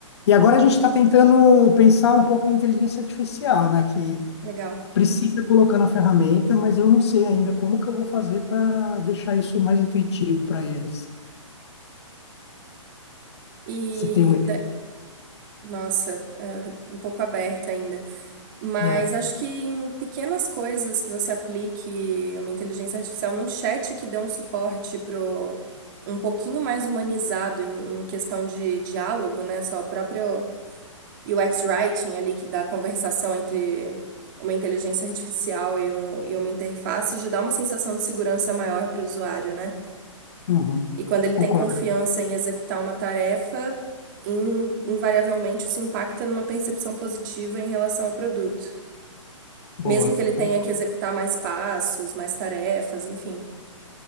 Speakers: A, on the left; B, on the right.
A: E agora a gente está tentando pensar um pouco em inteligência artificial, né? Que
B: legal.
A: precisa colocar na ferramenta, mas eu não sei
B: uhum.
A: ainda como que eu vou fazer para deixar isso mais intuitivo para eles.
B: E
A: Você tem uma ideia?
B: da- nossa, é, um pouco aberto ainda. Mas
A: É.
B: acho que em pequenas coisas que você aplique uma inteligência artificial num chat que dê um suporte pro um pouquinho mais humanizado em, em questão de diálogo, né? Só o próprio UX writing ali que dá conversação entre uma inteligência artificial e, um- e uma interface já dá uma sensação de segurança maior para o usuário, né?
A: Uhum.
B: E quando ele
A: Concordo,
B: tem confiança em executar uma tarefa, in- invariavelmente isso impacta numa percepção positiva em relação ao produto.
A: boa.
B: Mesmo que ele tenha
A: Con-
B: que executar mais passos, mais tarefas, enfim.